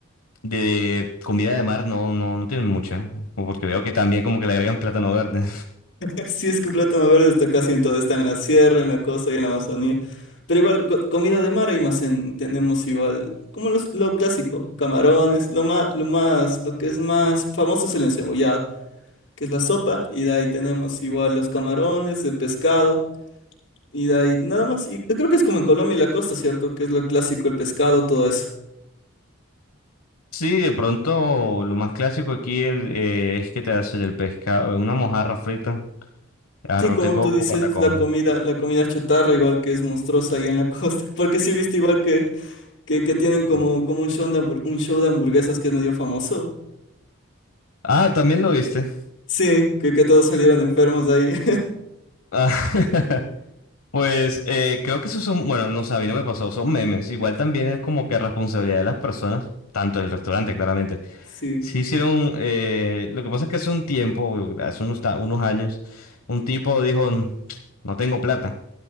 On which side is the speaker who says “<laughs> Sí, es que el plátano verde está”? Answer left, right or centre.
Left